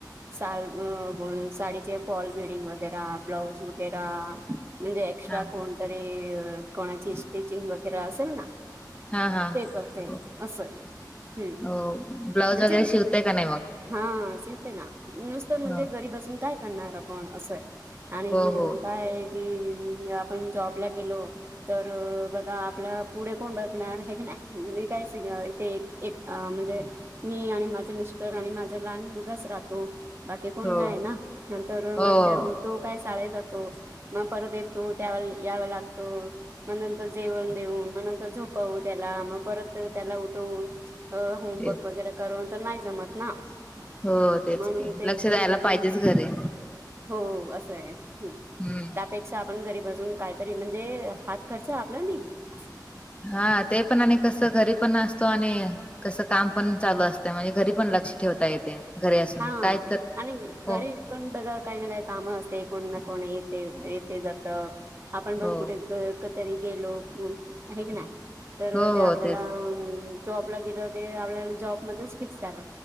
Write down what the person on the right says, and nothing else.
साल अ साडीऽ ते फॉल बिडींग वगैरा, ब्लाउज वगैरा,, म्हणजे एस्ट्रा
कोण तरीऽ कोणाची स्टिचिंग वगैरे असेल ना
ते करतेय,
असं, हम्म,
म्हणजे.
हा, शिवते ना, नुसतं म्हणजे
घरी बसून. काय करणार आपण असंय आणि
काय आहे की आपण जॉबला गेलो तर बघा आपला पुढे कोण बघणार हे नाही मी काय स इथे एक म्हणजे मी आणि माझे मिस्टर आणि माझा लहान मुलगाच राहतो. बाकी कोण
नाही ना नंतर
त्या तो काय शाळेत जातो. मग परत येतो त्यावेळेस याव लागतो. मग नंतर जेवण देऊ, मग नंतर झोपावू त्याला, मग परत त्याला उठवून अ होमवर्क
वगैरे करून तर नाही जमत ना म्हण
ते
घरी
बसून
हो असं ये, हम
त्यापेक्षा आपण घरी बजून काहीतरी म्हणजे हात खर्च आपला निघ असा
हा
आणि घरी
पण बघा काही ना काही कामं असते कोण ना कोण येते येते जात. आपण पण
कुठे तरी गेलो आहे का नाय तर
ते आपल्याला
जॉबला गेलं की आपल्याला जॉबमध्येच फिक्स झालं.